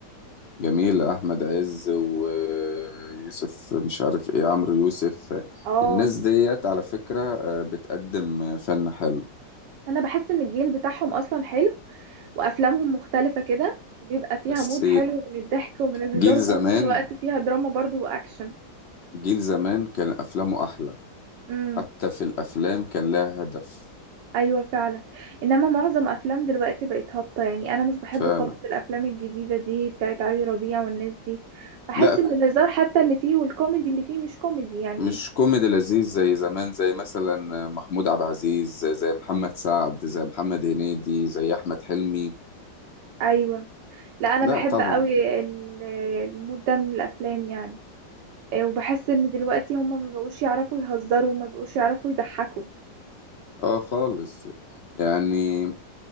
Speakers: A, on the left; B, on the right.
A: جميلة أحمد عز ويوسف مش عارف إيه عمرو يوسف
B: اه
A: الناس ديت على فكرة آه، بتقدم فن حلو
B: انا بحس ان الجيل بتاعهم اصلا حلو وافلامهم مختلفة كده وبيبقى فيها
A: بس
B: مود حلو من الضحك ومن الهزار
A: جيل
B: وفي
A: زمان
B: نفس الوقت فيها دراما برضو واكشن
A: جيل زمان كان أفلامه أحلى
B: امم
A: حتى في الأفلام كان لها هدف
B: ايوه فعلا انما معظم افلام دلوقتي بقت هابطة يعني انا مش بحب
A: فعلا
B: خالص الافلام الجديدة دي بتاعت علي ربيع والناس دي بحس
A: لا ك-
B: ان الهزار حتى اللي فيه والكوميدي اللي فيه مش كوميدي يعني
A: مش كوميدي لذيذ زي زمان زي مثلا محمود عبد العزيز زي زي محمد سعد زي محمد هنيدي زي أحمد حلمي
B: ايوه لا انا
A: لا
B: بحب
A: طبعا
B: قوي ال- المود ده من الافلام يعني إيه، وبحس ان دلوقتي هما ما بقوش يعرفوا يهزروا وما بقوش يعرفوا يضحكوا
A: اه خالص يعني